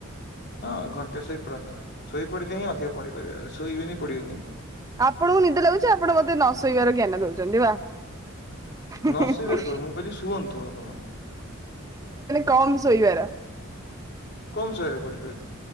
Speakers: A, on the left; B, on the right.
A: ହଁ ଘଣ୍ଟାଟେ ଶୋଇ ପଡ଼ନ୍ତୁ, ଶୋଇ ପଡ଼ିଲେ ହିଁ ଅଧିକ ପଢିପାରିବେ, ଶୋଇବେନି ପଢିବେ କେମିତି?
B: ଆପଣଙ୍କୁ ନିଦ ଲାଗୁଛି, ଆପଣ ମତେ ନ ଶୋଇବାର ଜ୍ଞାନ ଦଉଛନ୍ତି ବା। ଆରେ
A: ନ ଶୋଇବାର କହିଲି କି, ମୁଁ କହିଲି ଶୁଅନ୍ତୁ ଆପଣ।
B: କମ୍ ଶୋଇବାର।
A: କମ ଶୋଇବାର କୋଉଠି କହିଲି,